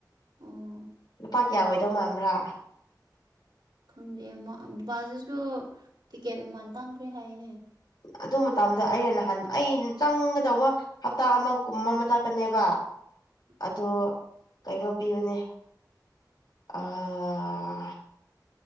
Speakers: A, on the right; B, on the left.
A: ꯑꯣ
B: ꯂꯨꯄꯥ ꯀꯌꯥ ꯑꯣꯏꯗꯧ ꯃꯥꯟꯕ꯭ꯔ
A: ꯈꯪꯗꯦ <unintelligible> ꯕꯥꯁꯤꯁꯨ ꯇꯤꯛꯀꯦꯠ ꯃꯃꯟ ꯇꯥꯡꯈ꯭ꯔꯦ ꯍꯥꯏꯅꯦ
B: ꯑꯗꯨ ꯃꯇꯝꯗ ꯑꯩꯅ ꯅꯍꯥꯟ ꯑꯩꯅ ꯆꯪꯒꯗꯧꯕ ꯍꯞꯇꯥ ꯑꯃꯒꯨꯝꯕ ꯃꯗꯛꯇꯅꯦꯕ ꯑꯗꯣ
A: ꯑꯣ
B: ꯀꯩꯅꯣ ꯄꯤꯕꯅꯦ ꯑꯥ